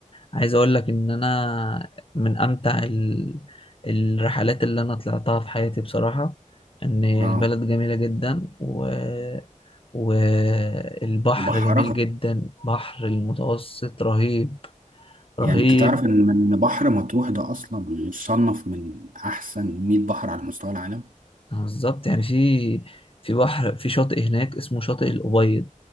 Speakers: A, on the left; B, on the right.
A: عايز اقول لك ان انا من امتع ال... الرحلات اللي انا طلعتها في حياتي بصراحة ان البلد
B: اه
A: جميلة جدا و... والبحر
B: وبحرها
A: جميل جدا بحر المتوسط رهيب رهيب
B: يعني انت تعرف ان إن بحر مطروح ده اصلا مصنف من احسن 100 بحر على مستوى العالم
A: آه، بالظبط يعني في في بحر في شاطئ هناك اسمه شاطئ الأبيض